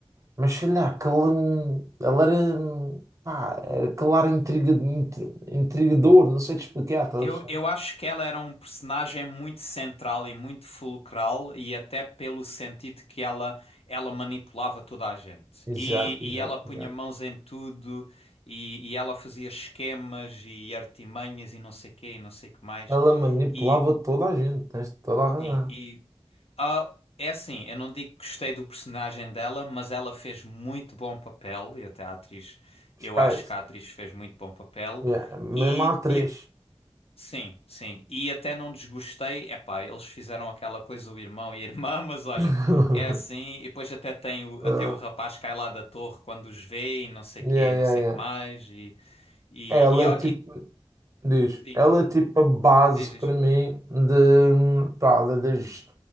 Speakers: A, on the right; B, on the left.
A: mas sei lá, aquele, hum, ele era, hum, pá, aquele ar intriga, intri- intrigador, não sei te explicar, estás
B: Eu,
A: a perceber?
B: eu acho que ela era um personagem muito central e muito fulcral, e até pelo sentido que ela, ela manipulava toda a gente.
A: Exato,
B: E, e
A: exato,
B: ela punha
A: exato.
B: mãos em tudo, e, e ela fazia esquemas e artimanhas e não sei quê, e não sei que mais.
A: Ela manipulava
B: E,
A: toda a gente, tens toda a razão,
B: sim, e ah, é assim, eu não digo que gostei do personagem dela, mas ela fez muito bom papel, e até a atriz,
A: esquece.
B: eu acho que a atriz fez muito bom papel.
A: Yeah, mesmo
B: E,
A: a atriz.
B: e Sim, sim. E até não desgostei. Epá, eles fizeram aquela coisa, o irmão e a irmã, <laughs> mas olha,
A: <laughs>
B: é assim. E depois até tem o,
A: Ah,
B: até o rapaz cai lá da torre quando os vê e não sei
A: yeah,
B: quê, e
A: yeah,
B: não sei
A: yeah.
B: que mais. E, e,
A: Ela,
B: e
A: é
B: olha,
A: tipo.
B: e
A: Diz,
B: sim,
A: ela é tipo a base
B: diz
A: para
B: isto.
A: mim de, pá, da- das,